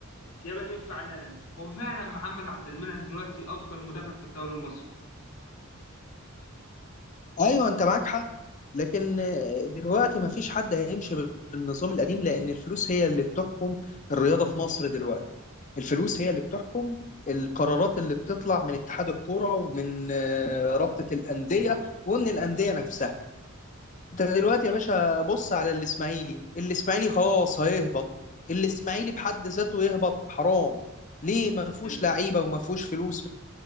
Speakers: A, on the left; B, on the left.
A: يا ما ينفع نهائي وفعلا محمد عبد المنعم دلوقتي افضل مدافع في الدوري المصري
B: ايوه انت معاك حق لكن دلوقتي ما فيش حد هيمشي بالنظام القديم لأن الفلوس هي اللي بتحكم الرياضة في مصر دلوقتي الفلوس هي اللي بتحكم القرارات اللي بتطلع من اتحاد الكرة ومن آه، رابطة الأندية ومن الأندية نفسها انت دلوقتي يا باشا بص على الإسماعيلي الإسماعيلي خلاص هيهبط الإسماعيلي بحد ذاته يهبط حرام ليه ما فيهوش
A: ال-
B: لعيبة وما فيهوش فلوس